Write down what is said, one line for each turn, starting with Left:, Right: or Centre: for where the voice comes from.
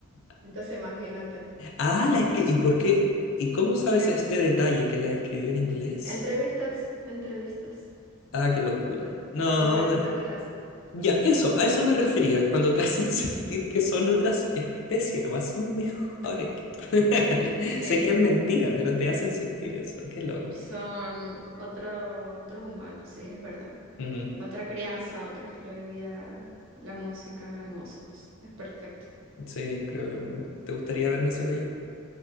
Left: <laughs>
Right: Entonces imagínate.
Left: ah, ah, la escri- ¿Y por qué? ¿Y cómo sabes
Right: Eh,
Left: este detalle que la escribió en inglés?
Right: entrevistas, entrevistas,
Left: Ah, qué locura. No,
Right: entrevistas que las...
Left: Ya, eso, a eso me refería, cuando te hacen <laughs> sentir que son otras especies, nomás son mejores que tú. <laughs>
Right: Sí,
Left: Sé que es mentira, pero te hacen sentir eso, qué loco.
Right: son otro, otros humanos, sí, es verdad.
Left: Ujú.
Right: Otra crianza, otro estilo de vida, la música, hermoso. pues, Es perfecto.
Left: Sí, creo lo mismo. ¿Te gustaría haber nacido allá?